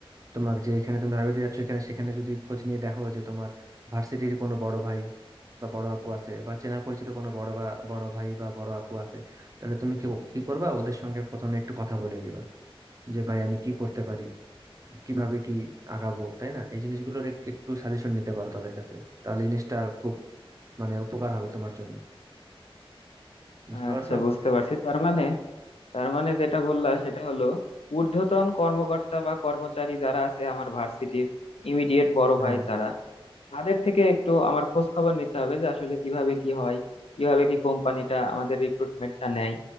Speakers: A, on the right; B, on the left.
A: তোমার যে এখানে তুমি ভার্সিটি যাচ্ছ এখানে সেখানে যদি খোঁজ নিয়ে দেখো যে তোমার ভার্সিটির কোনো বড় ভাই বা বড় আপু আছে বা চেনা পরিচিত কোনো বড় বা বড় ভাই বা বড় আপু আছে তাহলে তুমি কি কি করবা ওদের সঙ্গে প্রথমে একটু কথা বলে নিবা যে ভাই আমি কি করতে পারি কিভাবে কি আগাবো তাই না এই জিনিসগুলোর এক- একটু সাজেশন নিতে পারো তাদের কাছে তাহলে জিনিসটা খুব মানে উপকার হবে তোমার জন্য বুঝতে পারছো
B: আচ্ছা বুঝতে পারছি তার মানে তার মানে যেটা বললা সেটা হলো ঊর্ধ্বতন কর্মকর্তা বা কর্মচারী যারা আছে আমার ভার্সিটির ইমিডিয়েট বড়
A: হ্যাঁ
B: ভাই যারা তাদের থেকে একটু আমার খোঁজ খবর নিতে হবে যে আসলে কিভাবে কি হয় কিভাবে কি কোম্পানিটা আমাদের রিক্রুটমেন্টটা নেয়